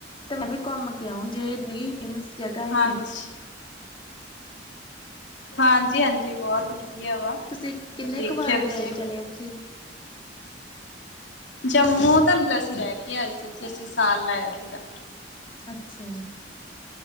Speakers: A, on the left; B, on the left.
A: ਤੇ ਮੈਂ ਵੀ ਘੁੰਮ ਕੇ ਆਓ ਜੇ ਨਈ ਫੇ਼ਮਸ ਜਗਾ ਏ
B: ਹਾਂਜੀ,
A: ਤੇ ਐਥੇ।
B: ਹਾਂਜੀ ਹਾਂਜੀ ਬਹੁਤ ਵਧੀਆ ਵਾ
A: ਤੁਸੀਂ ਕਿੰਨੇ
B: ਮੈਂ, ਦੇਖਿਆ
A: ਕੁ ਵਾਰ
B: ਤੁਸੀਂ।
A: ਗਏ <unintelligible>
B: ਜੰਮੂ ਤਾਂ ਮਤਲਬ ਅਸੀਂ ਰਹਿ ਕੇ ਆਏ ਸੀ ਉੱਥੇ ਅਸੀਂ ਸਾਲ ਲਾਇਆ ਸੀਗਾ।
A: ਅੱਛਾ